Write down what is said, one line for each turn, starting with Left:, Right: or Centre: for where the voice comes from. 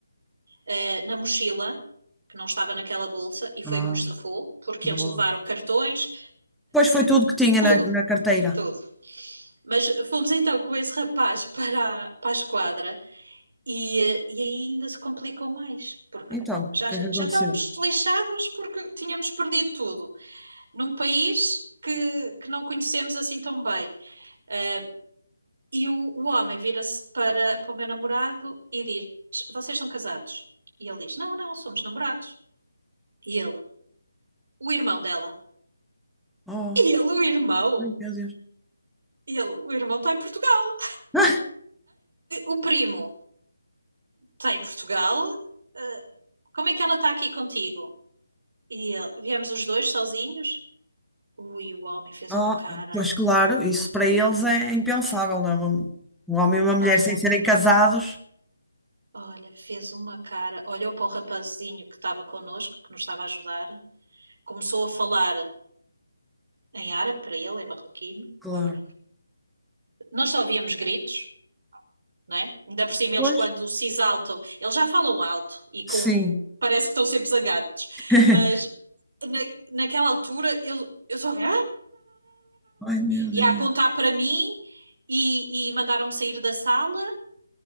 Right: uh, na mochila, que não estava naquela bolsa, e foi
Centre: Ah,
Right: o que nos safou, porque
Centre: boa.
Right: eles levaram cartões,
Centre: Pois foi tudo que tinha
Right: tudo,
Centre: na, na carteira.
Right: tudo. Mas fomos então com esse rapaz para a, para a esquadra e, eh, e aí ainda se complicou mais, porque
Centre: Então, o
Right: já,
Centre: que
Right: já
Centre: é que aconteceu?
Right: estávamos lixados porque tínhamos perdido tudo num país que, que não conhecemos assim tão bem. Ah, e o, o homem vira-se para, para o meu namorado e diz: Vocês são casados? E ele diz: Não, não, somos namorados. E ele: O irmão dela.
Centre: Oh,
Right: E ele: O irmão?
Centre: ai, meu Deus.
Right: E ele: O irmão está em Portugal.
Centre: <laughs>
Right: O primo está em Portugal. Ah, Como é que ela está aqui contigo? E ele, viemos os dois sozinhos? Ui, o homem fez
Centre: Oh,
Right: uma cara.
Centre: pois claro, isso para eles é impensável, não é? Um um homem e uma mulher
Right: Olha,
Centre: sem serem casados.
Right: olha, fez uma cara. Olhou para o rapazinho que estava connosco, que nos estava a ajudar. Começou a falar em árabe para ele, em marroquino.
Centre: Claro.
Right: Olha, nós só ovíamos gritos, não é? Ainda por cima, eles
Centre: Pois,
Right: quando se exaltam, eles já falam alto e com.
Centre: sim.
Right: Parece que estão sempre zangados,
Centre: <laughs>
Right: mas na, naquela altura eu, eu só vi
Centre: Ai, meu
Right: e
Centre: Deus.
Right: a apontar para mim e, e mandaram-me sair da sala